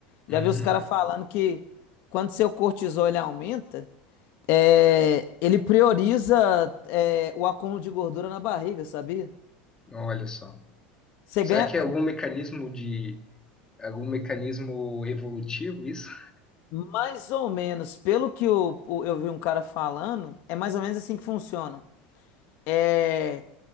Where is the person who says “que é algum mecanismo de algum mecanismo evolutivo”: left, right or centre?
Left